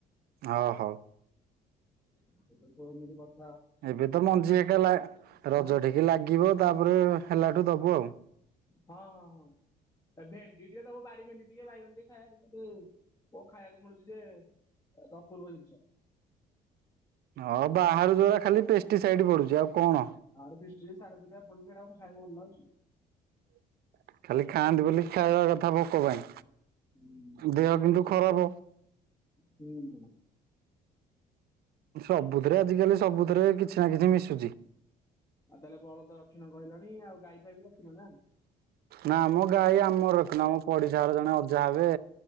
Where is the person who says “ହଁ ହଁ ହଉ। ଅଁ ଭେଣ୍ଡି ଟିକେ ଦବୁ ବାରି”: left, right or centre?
Left